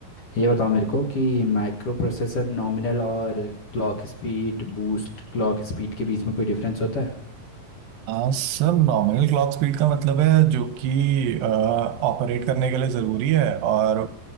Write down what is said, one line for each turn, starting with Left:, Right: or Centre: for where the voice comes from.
Left: ये बताओ मेरे को कि माइक्रो प्रोसेसर नॉमिनल और clock speed boost clock speed के बीच में कोई डिफरेंस होता है
Right: आ, सर नॉमिनल क्लॉक स्पीड का मतलब है जो कि ऑपरेट करने के लिए ज़रूरी है और